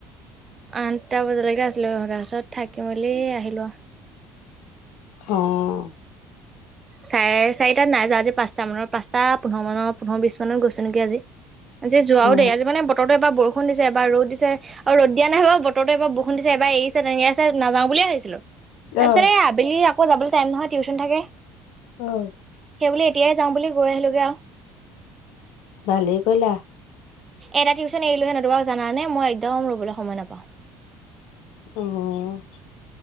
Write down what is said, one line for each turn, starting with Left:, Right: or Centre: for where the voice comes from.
Right: আঠটা বজালেকে আছিলোঁ, তাৰ পাছত থাকি মেলি আহিলো আ
Left: অঁ
Right: চাৰে চাৰিটাত নাই যোৱা আজি পাঁচটা মান পচটা পোন্ধৰ মানৰ পোন্ধৰ বিশছ মানত গৈছো নেকি আজি যে যোৱাও
Left: অ'
Right: দেই, আজি মানে প বতৰো এবাৰ বৰষুণ দিছে এবাৰ ৰ'দ দিছে, অ' ৰ'দ দিয়া নাই বাও বতৰ এবাৰ বৰষুণ দিছে এবাৰ এই তেনেকে আছে নাযাও বুলে ভাবিছিলো, তাৰ
Left: অ'।
Right: পিছত এই আবেলি আকৌ যাবলৈ টাইম নহয় টিউশন থাকে।
Left: অ'
Right: সেইবুলি এতিয়াই যাম বুলি গৈ আহিলোঁগে আও
Left: ভালেই কৰিলা
Right: এটা টিউচন এৰিলো হলে, তুমাক জানা নে মই একদম ৰবলৈ সময় নাপাওঁ।
Left: এনে